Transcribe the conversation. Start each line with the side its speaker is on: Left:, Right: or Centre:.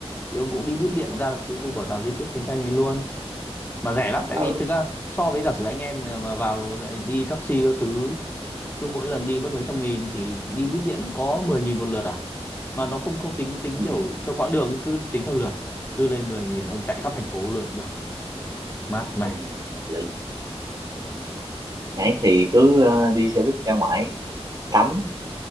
Left: thì ông cũng đi buýt điện
Right: ờ
Left: ra được cái khu bảo tàng di tích chiến tranh ấy luôn mà rẻ lắm tại
Right: ừ
Left: vì thực ra so với giả sử anh em mà, mà vào đi taxi các thứ cứ mỗi lần đi mất mấy trăm nghìn thì đi buýt điện có 10 nghìn một lượt à mà nó không không tính tính
Right: ừ,
Left: kiểu theo quãng đường ấy, cứ tính theo lượt cứ lên 10 nghìn ông chạy khắp thành phố luôn được mát mẻ
Right: ừ. Lý. Nãy thì cứ ờ, đi xe buýt ra ngoài tắm